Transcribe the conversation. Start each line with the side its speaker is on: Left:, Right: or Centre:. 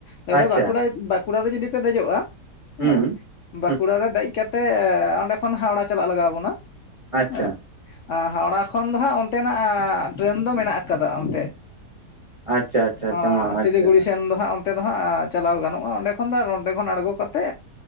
Left: ᱞᱟᱹᱭ ᱮᱫᱟᱭ,
Right: ᱟᱪᱪᱷᱟ
Left: ᱵᱟᱸᱠᱩᱲᱟ, ᱵᱟᱸᱠᱩᱲᱟ ᱨᱮ ᱡᱩᱫᱤ ᱯᱮ, ᱫᱮᱡᱚᱜᱼᱟ ᱦᱮᱸ
Right: ᱦᱩᱸᱻ ᱾
Left: ᱵᱟᱸᱠᱩᱲᱟ ᱨᱮ, ᱫᱮᱡ ᱠᱟᱛᱮ, ᱚᱸᱰᱮ ᱠᱷᱚᱱ, ᱦᱟᱣᱲᱟ ᱪᱟᱞᱟᱜ, ᱞᱟᱜᱟᱣ ᱟᱵᱚᱱᱟ,
Right: ᱟᱪᱪᱷᱟ
Left: ᱦᱮᱸ ᱾ ᱦᱟᱣᱲᱟ ᱠᱷᱚᱱ ᱫᱚ ᱦᱟᱸᱜ, ᱚᱱᱛᱮᱱᱟᱜ ᱴᱨᱮᱱ ᱫᱚ, ᱢᱮᱱᱟᱜ ᱟᱠᱟᱫᱟ, ᱚᱱᱛᱮ
Right: ᱟᱪᱪᱷᱟ ᱟᱪᱪᱷᱟ ᱟᱪᱪᱷᱟ
Left: ᱮᱼᱟᱻ,
Right: ᱢᱟ
Left: ᱥᱤᱞᱤᱜᱩᱲᱤ
Right: ᱟᱪᱪᱷᱟ
Left: ᱥᱮᱱ ᱫᱚ ᱦᱟᱸᱜ, ᱛᱮᱫ ᱫᱚ ᱦᱟᱸᱜ, ᱪᱟᱞᱟᱣ ᱜᱟᱱᱚᱜᱼᱟ, ᱚᱸᱰᱮ ᱠᱷᱚᱱ ᱫᱚ, ᱱᱚᱸᱰᱮ ᱠᱷᱚᱱ, ᱟᱬᱜᱚ ᱠᱟᱛᱮ